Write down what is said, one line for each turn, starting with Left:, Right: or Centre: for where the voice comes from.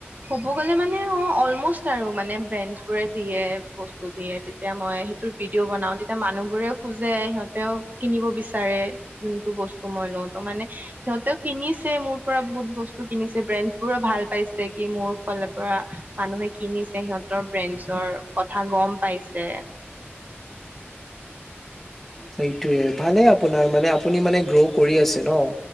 Right: ক'ব গ'লে মানে অঁ অলম'ষ্ট আৰু মানে ব্ৰেণ্ডছবোৰে দিয়ে বস্তু দিয়ে তেতিয়া মই সেইটো ভিডিঅ' বনাও তেতিয়া মানুহ বোৰে খোজে সিহঁতেও কিনিব বিচাৰে যোনটো বস্তু মই লওঁ ত মানে সিহঁতেও কিনিছে মোৰ পৰা বহুত বস্তু কিনিছে ব্ৰে পুৰা ভাল পাইছে কি মোৰ ফালৰ মানুহে কিনিছে, সেতৰ বেঞ্চৰ কথা গম <unintelligible> গম পাইছে
Centre: সেইটোৱে ভালে আপোনাৰ মানে আপুনি মানে গ্ৰ' কৰি আছে ন